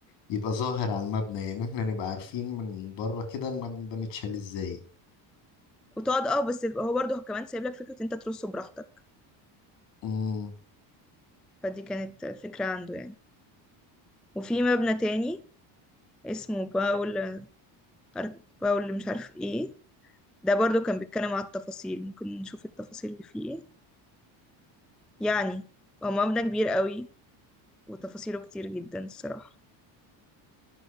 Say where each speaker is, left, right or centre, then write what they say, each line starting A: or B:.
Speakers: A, on the left; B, in the centre.
A: يبقى ظاهر على المبنى يعني احنا نبقى عارفين من بره كده المبنى ده متشال ازاي
B: وتقعد اه بس هو برضه كمان سايب لك فكرة انت ترصه براحتك
A: امم
B: فدي كانت فكرة عنده يعني وفي مبنى تاني اسمه باول عارف- باول مش عارف ايه ده برضه كان بيتكلم على التفاصيل ممكن نشوف التفاصيل اللي فيه ايه يعني هو مبنى كبير قوي وتفاصيله كتير جدا الصراحة